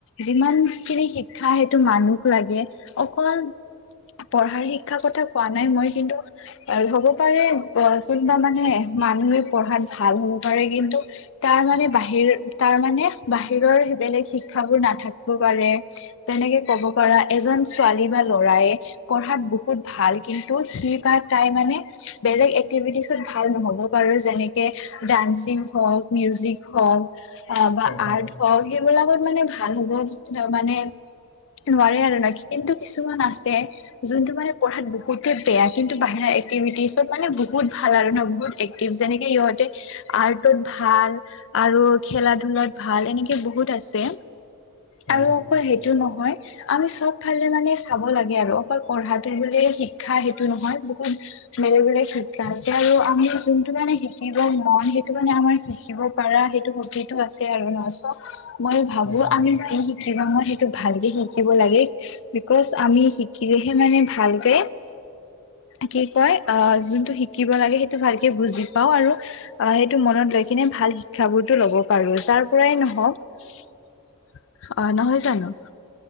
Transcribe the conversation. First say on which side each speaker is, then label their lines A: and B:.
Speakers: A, on the left; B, on the left.
A: যিমানখিনি শিক্ষা সেইটো মানুহক লাগে অকল পঢ়াৰ শিক্ষাৰ কথা কোৱা নাই। মই কিন্তু হ'ব পাৰে কোনোবা মানে মানুহে পঢ়াত ভাল হ'ব পাৰে৷ কিন্তু তাৰ মানে বাহিৰ তাৰ মানে বাহিৰৰ সেই বেলেগ শিক্ষাবোৰ নাথাকিব পাৰে। যেনেকে ক'ব পাৰা এজন ছোৱালী বা ল'ৰায়ে পঢ়াত বহুত ভাল। কিন্তু সি <unintelligible> তাই মানে বেলেগ এক্টিভিটিছত ভাল নহ'ব পাৰো। যেনেকে ডান্সিং মিউজিক হওঁক বা
B: হয় হয়
A: আৰ্ট হওঁক সেইবিলাকত মানে ভাল হ'ব, মানে নোৱাৰে আৰু ন কিন্তু কিছুমান আছে, যোনটো মানে পঢ়াত বহুতে বেয়া কিন্তু বাহিৰা এক্টিভিটিছত মানে বহুত ভাল আৰু ন বহুত এক্টিভ, যেনেকে সহঁতে আৰ্ট তত ভাল আৰু খেলা ধূলাত ভাল, এনেকে বহুত আছে।
B: হয়
A: আৰু অকৌ সেইটো নহয় আমি চব ফালে মানে চাব লাগে আৰু অকল পঢ়াটো বোলে শিক্ষা সেইটো নহয় বহুত বেলেগ বেলেগ শিকা আছে, আৰু আমি যোনটো মানে শিকিব মন সেই সেইটো মানে আমাৰ শিকিব পাৰা সেইটো আছে আৰু ন চ' মই ভাবো
B: হয়
A: আমি যি শিকিব মন সেই ভালকে শিকিব লাগে বিকজ আমি শিকিলেহে মানে ভালকে কি কয় অ' যোনটো শিকিব লাগে সেইটো ভালকে বুজি পাও আৰু আহ সেই মনত ৰৈ কিনে ভাল শিক্ষাবোৰতটো ল'ব পাৰো যাৰ পৰাই নহওঁক। অ', নহয় জানো?